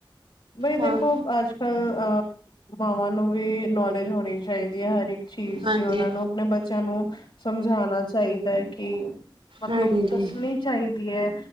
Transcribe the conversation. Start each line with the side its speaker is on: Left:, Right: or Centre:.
Left: ਬਈ
Right: ਹਾਂ
Left: ਦੇਖੋ ਅੱਜ ਕੱਲ ਅ ਮਾਵਾਂ ਨੂੰ ਵੀ ਨੌਲੇਜ ਹੋਣੀ ਚਾਈਦੀ ਅ ਹਰ ਇਕ ਚੀਜ਼
Right: ਹਾਂਜੀ
Left: ਦੀ ਉਹਨਾਂ ਨੂੰ ਆਪਣੇ ਬੱਚਿਆਂ ਨੂੰ ਸਮਝਾਣਾ ਚਾਈਦਾ ਹੈ ਕਿ ਮਤਲਬ
Right: ਹਾਂਜੀ
Left: ਦਸਣੀ ਚਾਈਦੀ ਐ